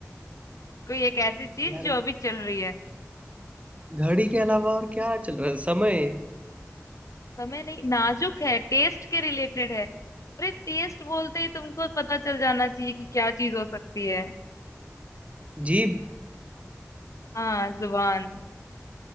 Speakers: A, on the left; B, on the right.
A: कोई एक ऐसी चीज
B: यार
A: जो अभी चल रही है
B: घड़ी के अलावा और क्या चल रहा है समय
A: समय नहीं नाजुक है टेस्ट के रिलेटेड है अरे टेस्ट बोलते ही तुमको पता चल जाना चाहिए कि क्या चीज हो सकती है
B: जीभ
A: हाँ जुबान